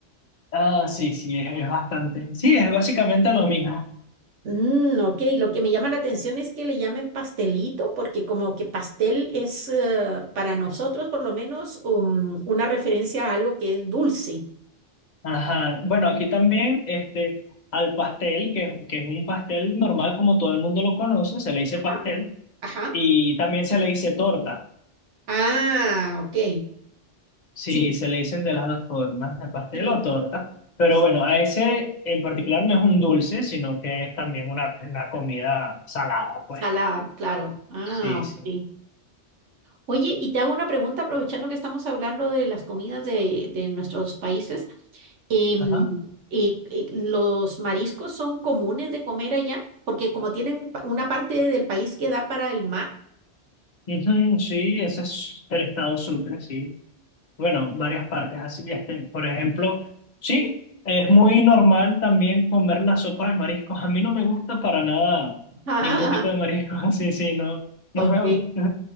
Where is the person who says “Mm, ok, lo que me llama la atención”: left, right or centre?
Right